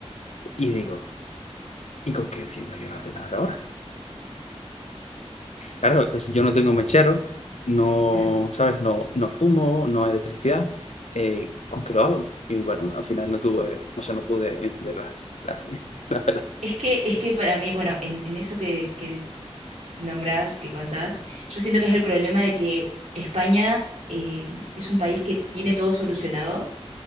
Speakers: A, on the left; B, on the right.
A: y digo, ¿y con qué enciendo yo las velas ahora? Claro, es- yo no tengo mechero, no,
B: claro.
A: ¿sabes? No, no fumo, no hay electricidad. eh, ¿con qué lo hago? Y bueno, al final no tuve, o sea, no pude encender las, las, <laughs> las velas.
B: Es que, es que para mí, bueno, en, en eso que, que nombras, que contás, yo siento que es el problema de que España eh, es un país que tiene todo solucionado,